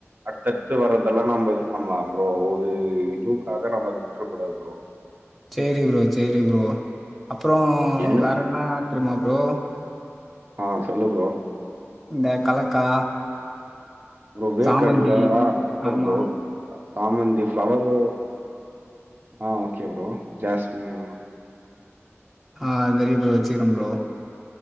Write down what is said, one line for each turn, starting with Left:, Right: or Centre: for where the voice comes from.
Right: அடுத்தடுத்து வரதெல்லாம் நம்ம இது பண்ணலாம் ப்ரோ ஒரு இதுக்காக நம்ம அத விட் வுட்ற கூடாது ப்ரோ
Centre: சேரி ப்ரோ சேரி ப்ரோ அப்றோம்
Right: ஏன்னு
Centre: வேற என்னா தெரியுமா ப்ரோ
Right: ஆஹ் சொல்லு ப்ரோ
Centre: இந்த கலக்கா
Right: ப்ரோ வேர்க
Centre: சாமந்தி
Right: கடல ஹ சூப்பர்
Centre: ஆமாம்
Right: ப்ரோ சாமந்தி ஃப்ளவரு ஆஹ் ஒகே ப்ரோ ஜாஸ்மின்
Centre: ஆஹ் அது மேரி ப்ரோ வச்சிக்கிறன் ப்ரோ